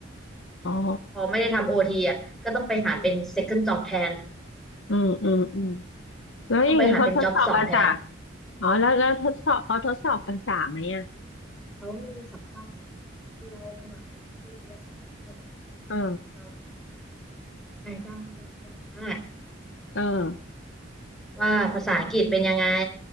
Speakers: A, on the left; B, in the centre.
A: อ๋อ
B: พอไม่ได้ทำโอทีอะก็ต้องไปหาเป็น
A: อืม
B: second job แทน
A: อืมอืม แล้วอย่างนี้เขาทดสอบภาษา
B: ต้องไปหาเป็น job สองแทน
A: อ๋อแล้วแล้วทดสอบเขาทดสอบภาษาไหมอ่ะ
B: เขามีสัมภาษณ์งานคือเราสมัครเอเจนซี่ไปเรียบร้อยเรียบร้อยใช่ไหม
A: เออ
B: เรานายจ้างเขาจะนัดเราสัมภาษณ์
A: เออ
B: ว่าภาษาอังกฤษเป็นยังไง